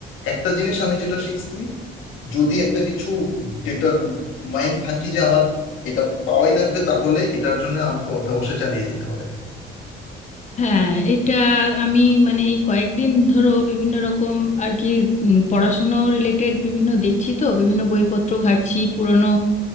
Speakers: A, on the left; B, on the left.
A: একটা জিনিস আমি যেটা শিখছি যদি একটা কিছু ডেটার মাইন্ড থাকি যে আমার এটা পাওয়াই লাগবে তাহলে এটার জন্য আমাকে অধ্যবসায় চালিয়ে যেতে হবে
B: হ্যাঁ এটা আমি মানে এই কয়েকদিন ধরো বিভিন্ন রকম আর কি উম, পড়াশুনো রিলেটেড বিভিন্ন দেখছি তো বিভিন্ন বইপত্র ঘাঁটছি পুরনো